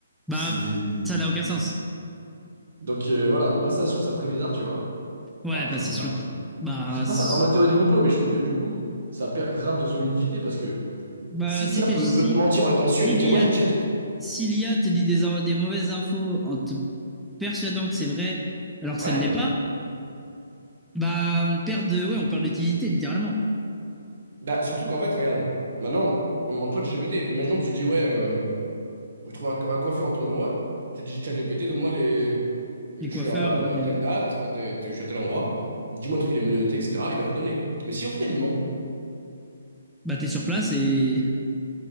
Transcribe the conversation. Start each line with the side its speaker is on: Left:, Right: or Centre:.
Centre: Bah,
Right: C'est...
Centre: ça n'a aucun sens.
Right: Donc euh, voilà, moi ça, je trouve ça très bizarre, tu vois.
Centre: Ouais,
Right: Enfin, très
Centre: bah c'est
Right: bizarre.
Centre: sûr. Bah,
Right: C'est
Centre: s-
Right: pas ça, en ma théorie du complot, mais je trouve que du coup, ça perd grave de son utilité parce que
Centre: bah
Right: si
Centre: si
Right: l'IA peut,
Centre: t'es,
Right: peut te mentir en étant sûr
Centre: si,
Right: et te
Centre: si
Right: dire ouais,
Centre: l'IA
Right: j'ai
Centre: dit-
Right: check et tout.
Centre: si l'IA te dit des, in- des mauvaises infos en te persuadant que c'est vrai alors que
Right: Ouais.
Centre: ça ne l'est pas, bah on perd de, ouais, on perd d'utilité littéralement.
Right: Bah, surtout qu'en fait, regarde, maintenant, on demande toi de GPT. Imaginons, tu dis ouais, euh, je trouve un, co- un coiffeur autour de moi, tu dis chat GPT, donne-moi les. Je
Centre: Les
Right: suis
Centre: coiffeurs,
Right: à euh,
Centre: ouais.
Right: telle date, enfin, t'es- t'es- je suis à tel endroit, dis-moi le truc, il est menotté, etc. Il va te donner. Mais si au final, il ment,
Centre: bah t'es sur place et